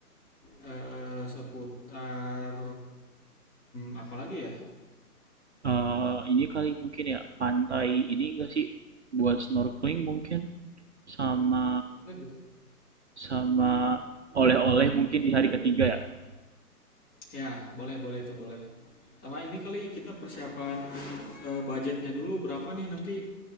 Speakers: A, on the left; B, on the right.
A: eh, seputar apalagi ya
B: Eh, ini kali mungkin ya pantai ini gak sih buat snorkeling mungkin sama
A: Eh,
B: sama oleh-oleh mungkin di hari ketiga ya.
A: Ya, boleh, boleh itu boleh. Sama ini kali kita persiapan eh, budgetnya dulu berapa nih nanti